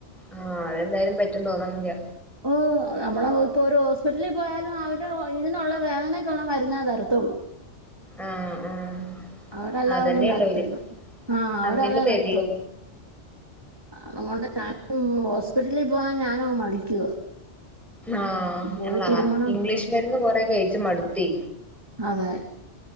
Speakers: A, in the centre; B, on the right.
A: ആ അത് എന്തായാലും പറ്റുംന്ന് തോന്ന്ണില്ല
B: ഓ നമ്മള് ഇപ്പൊ ഒരു ഹോസ്പിറ്റലിൽ പോയാലും അവരുടെ ഇതിനുള്ള വേദനക്കുള്ള മരുന്നേ തരത്തുള്ളൂ
A: ആഹ് ആഹ്
B: അവര് അല്ലാതെ
A: അതന്നെയുള്ളൂര്
B: ഒന്നും തരത്തില്ല ആ അവര്അതേ
A: അങ്ങനെ തരുള്ളൂ
B: തരത്തുള്ളു അതുകൊണ്ട് ഞാൻ ഹോസ്പിറ്റലിൽ പോവാൻ ഞാന് അങ്ങ് മടിക്കുവാ
A: ആഹ്
B: പോയി
A: ഞങ്ങളാ
B: തിരുമണം
A: ഇംഗ്ലീഷ് മരുന്ന് കൊറേ കഴിച്ച് മടുത്തെ
B: അതെ